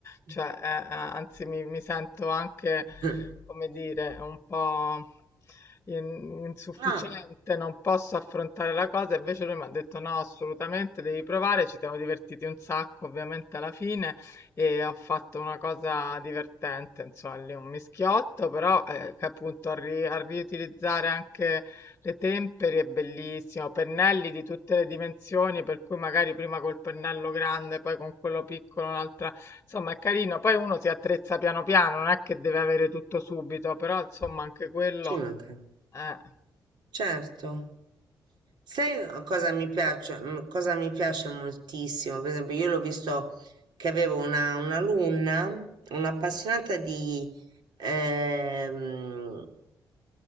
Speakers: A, on the left; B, on the right.
A: cioè,
B: <laughs>
A: eh, eh, anzi, mi, mi sento anche,
B: <clears throat>
A: come dire, un po' in- insufficiente,
B: No,
A: non posso affrontare la cosa. Invece lui mi ha detto no, assolutamente devi provare. Ci siamo divertiti un sacco, ovviamente alla fine. E ho fatto una cosa divertente, insomma, lì un mischiotto, però eh, che appunto a, ri- a riutilizzare anche le tempere è bellissimo, pennelli di tutte le dimensioni, per cui magari prima col pennello grande, poi con quello piccolo, un'altra, insomma è carino, poi uno si attrezza piano piano, non è che deve avere tutto subito, però insomma anche quello,
B: ci manca.
A: eh,
B: Certo. Sai a cosa mi piace mhmm, cosa mi piace moltissimo? Per esempio, io l'ho visto che avevo una un'alunna, un'appassionata di, ehm,